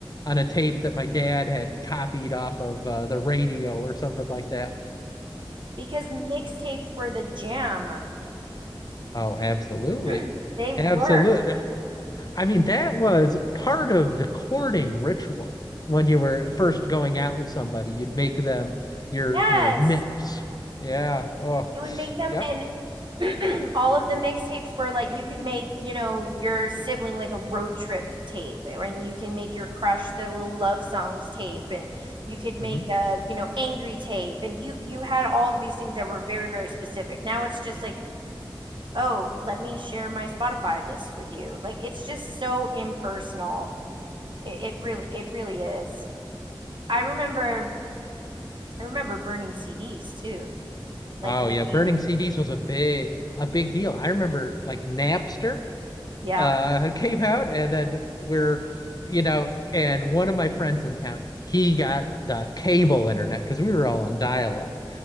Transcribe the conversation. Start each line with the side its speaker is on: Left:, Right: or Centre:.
Left: on a tape that my dad had copied off of uh, the radio or something like that.
Right: because mixtapes were the jam.
Left: Oh, absolutely.
Right: <clears throat> They were.
Left: Absolutely. I mean, that was part of the courting ritual when you were first going out with somebody. You'd make them your
Right: Yes.
Left: your mix. Yeah. Oh,
Right: You would make them
Left: yep.
Right: and <clears throat> all of the mixtapes were like you could make you know your sibling like a road trip tape eh, and you can make your crush the little love songs tape and you could make
Left: hmm
Right: a you know angry tape and you you had all of these things that were very very specific now it's just like oh let me share my spotify list with you like it's just so impersonal it, it really it really is i remember i remember burning cds too like
Left: Oh
Right: making
Left: yeah, burning CDs was a big a big deal. I remember like Napster
Right: yeah,
Left: uh <laughs> came out and then we're you know and one of my friends in town, he got the cable internet because we were all on dial up